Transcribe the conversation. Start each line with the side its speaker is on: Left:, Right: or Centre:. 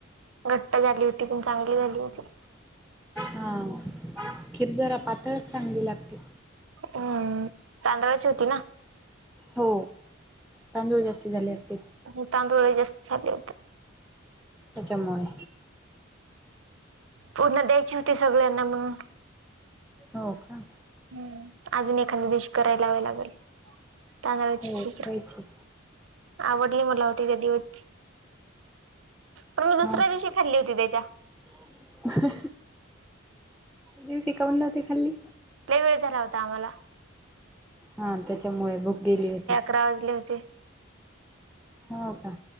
Right: घट्ट झाली होती पण चांगली झाली होती.
Centre: हा खीर जरा पातळच चांगली लागते.
Right: हम्म तांदळाची होती ना?
Centre: हो तांदूळ जास्ती झाले असतील?
Right: हो तांदूळ जास्त झाले होते
Centre: त्यांच्यामुळे
Right: खुपना द्यायची होती सगळ्यांना म्हणून
Centre: हो का?
Right: हम्म अजून एखाद्या दिवशी करायला लावायला लागल तांदळाची
Centre: हो
Right: खीर
Centre: करायची
Right: आवडली मला त्या देऊतची पण मी दुसऱ्या
Centre: हो
Right: दिवशी
Centre: का
Right: खाल्ली होती त्याच्या.
Centre: त्या दिवशी काऊन नव्हती खाल्ली.
Right: लय वेळ झाला होता आम्हाला.
Centre: हा त्याच्यामुळे भूक गेली होती.
Right: राजले होते.
Centre: हो का